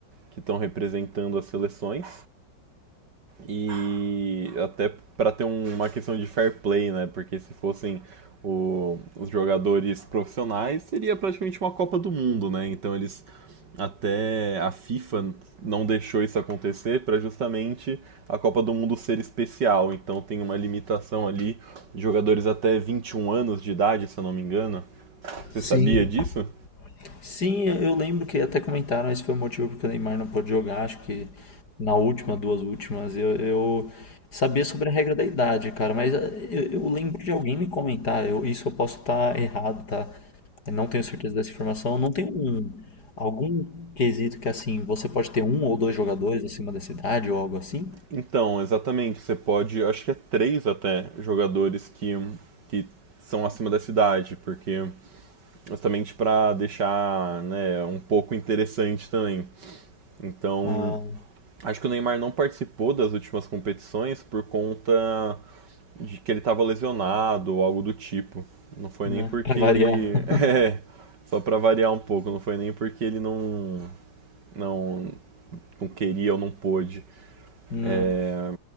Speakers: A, on the right; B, on the left.
A: que estão representando as seleções. E até para ter um- uma questão de fair play, né? Porque se fossem o- os jogadores profissionais, seria praticamente uma Copa do Mundo, né? Então eles até a FIFA não deixou isso acontecer para justamente a Copa do Mundo ser especial. Então tem uma limitação ali de jogadores até 21 anos de idade, se eu não me engano. Você
B: Sim.
A: sabia disso?
B: Sim, eu eu lembro que até comentaram, esse foi o motivo porque o Neymar não pôde jogar, acho que na última, duas últimas, eu, eu sabia sobre a regra da idade, cara, mas eh, eu, eu lembro de alguém me comentar, eu- isso eu posso estar errado, tá? Eu não tenho certeza dessa informação, não tem um, algum quesito que assim, você pode ter um ou dois jogadores acima dessa idade ou algo assim?
A: Então, exatamente, você pode, acho que é três até jogadores que que são acima da idade porque justamente para deixar né, um pouco interessante também. Então,
B: Ah,
A: acho que o Neymar não participou das últimas competições por conta de que ele estava lesionado ou algo do tipo. Não foi
B: né,
A: nem porque
B: pra variar,
A: ele.
B: <laughs>
A: <laughs> É, só para variar um pouco, não foi nem porque ele não, não, não queria ou não pôde.
B: né?
A: É,